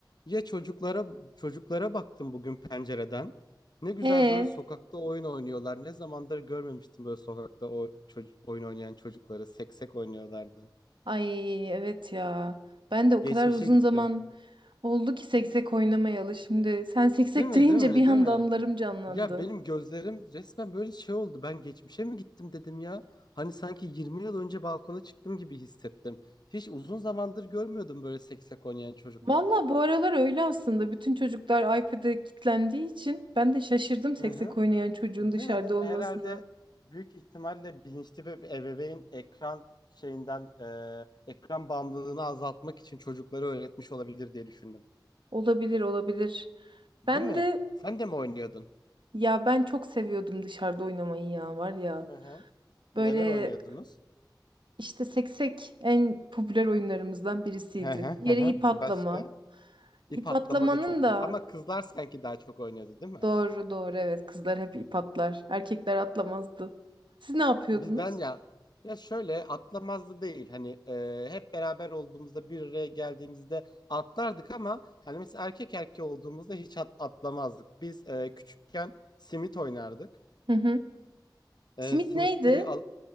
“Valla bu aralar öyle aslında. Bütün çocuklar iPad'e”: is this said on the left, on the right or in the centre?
Right